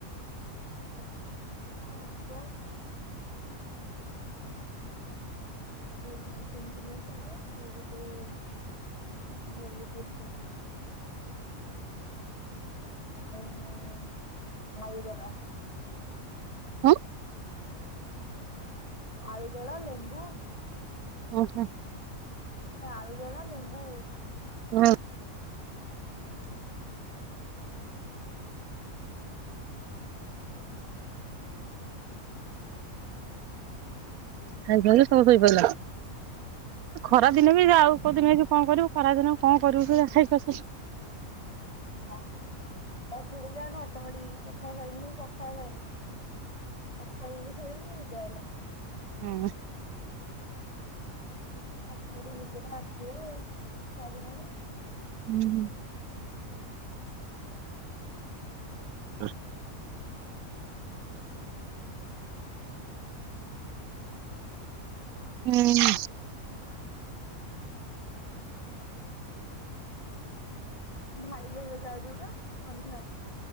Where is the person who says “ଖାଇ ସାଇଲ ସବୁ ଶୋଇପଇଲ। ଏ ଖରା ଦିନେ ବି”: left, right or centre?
Right